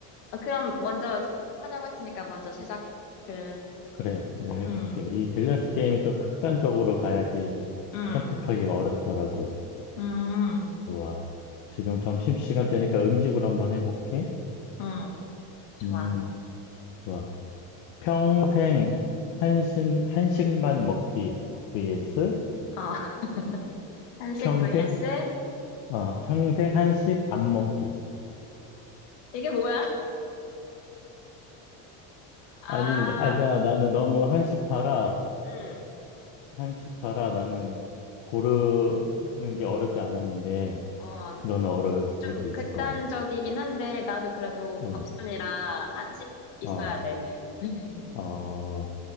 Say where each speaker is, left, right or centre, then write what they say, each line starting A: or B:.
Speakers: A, on the left; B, on the left.
A: 어, 그럼 먼저 시- 하자고 했으니까 먼저 시작을.
B: 그래, 내가 해볼게.
A: 응,
B: 이 밸런스 게임이 좀 극단적으로 가야지
A: 응,
B: 선택하기가 어렵더라고.
A: 응,
B: 좋아. 지금 점심시간 되니까 음식으로 한번 해볼게.
A: 응. 좋아.
B: 음, 좋아. 평생 한식, 한식만 먹기 vs
A: 어. <laughs> 한식
B: 평생,
A: vs?
B: 아, 평생 한식 안 먹기.
A: 이게 뭐야? 아,
B: 아니, 알자. 나는 너무 한시파라,
A: 응.
B: 한시파라 나는 고르는 게 어렵지 않았는데,
A: 어,
B: 너는 어려울 수도
A: 좀
B: 있을
A: 극단적이긴
B: 것 같아.
A: 한데, 나도 그래도
B: 응,
A: 밥순이라 한식 있어야
B: 어,
A: 돼. <laughs>
B: 어,